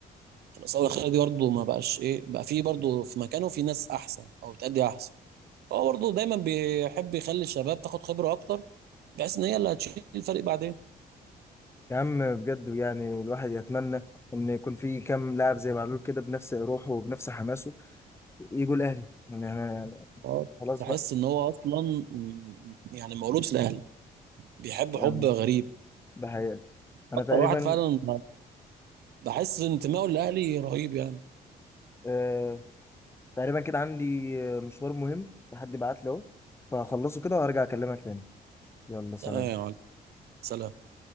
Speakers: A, on the right; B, on the left.
A: الاصابه الاخيره دي برضه ما بقاش ايه بقى في برضه في مكانه في ناس احسن او بتأدي احسن فهو برضه دايما بيحب يخلي الشباب تاخد خبره اكتر بحيث ان هي اللي هتشيل الفريق بعدين
B: يا عم بجد يعني الواحد يتمنى ان يكون في كام لاعب زي معلول كده بنفس روحه وبنفس حماسه يجوا الاهلي يعني انا
A: اه
B: خلاص
A: تحس
B: بقى
A: ان هو اصلا م- يعني مولود في الاهلي بيحب
B: يعني
A: حب غريب
B: ده حقيقة انا
A: اكتر
B: تقريبا
A: واحد فعلا بحس انتمائه للاهلي رهيب يعني
B: آه تقريبا كده عندي آه، مشوار مهم حد بعت لي اهو فهخلصه كده وارجع اكلمك تاني يلا سلام
A: تمام يا معلم سلام